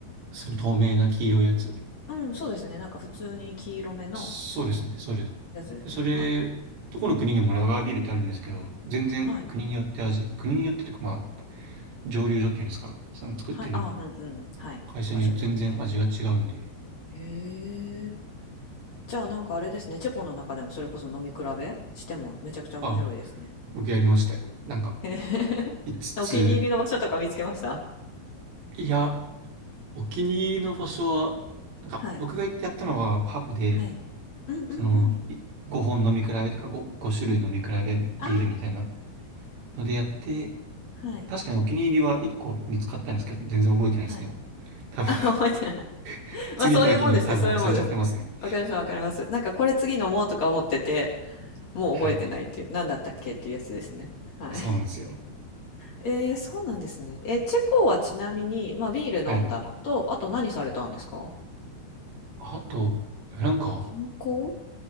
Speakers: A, on the right; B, on the left.
A: その透明な黄色いやつ。
B: うん、うんそうですね。なんか普通に黄色めの
A: そうですね、そうです。
B: やつですよね。
A: で、それ、
B: はい。
A: どこの国にもラガービールってあるんですけど、全然国によって味、
B: はい。
A: 国によってというかまあ、蒸留所っていうんですか、その作ってる
B: はい。ああ、うんうん。はい。
A: 会社によって全然味が違うんで、
B: 場所によって。へえ。じゃあなんかあれですね。チェコの中でもそれこそ飲み比べしてもめちゃくちゃ面白いですね。
A: あ、僕やりましたよ。なんか、
B: <laughs> へへ
A: 5つつ、
B: お気に入りの場所とか見つけました
A: いや、お気に入りの場所は、なんか、
B: はい。
A: 僕が行ってやったのはパブで、
B: はい。うんうんうん。
A: その、い5本飲み比べとか5、5種類飲み比べビールみたいな
B: ああ、
A: のでやって、
B: はい。
A: 確かにお気に入りは1個見つかったんですけど、全然覚えてないですね、
B: はい。
A: もう。
B: <laughs>
A: 多分、
B: あ、覚えてない。<laughs>
A: <laughs> 次行った時にも多分忘れちゃってますね。
B: まあそういうもんですね。そういうもんです。わかります、わかります。なんかこれ次飲もうとか思ってて、もう覚えてないっていう、
A: はい。
B: なんだったっけっていうやつですね。はい。
A: そうなんですよ。
B: えー、そうなんですね。え、チェコはちなみに、まあ、ビール飲んだのと、
A: はい。
B: あと何されたんですか
A: あと、なんか、
B: 観光